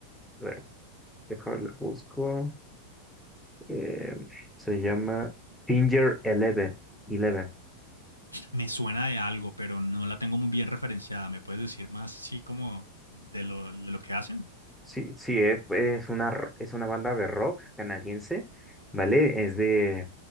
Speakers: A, in the centre; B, on the left.
A: ver, déjame la busco. Eh, se llama Finger Eleven. Eleven.
B: Me suena de algo, pero no la tengo muy bien referenciada. ¿Me puedes decir más así como de lo, de lo que hacen?
A: Sí, sí, es, es una, r- es una banda de rock canadiense, ¿vale? Es de,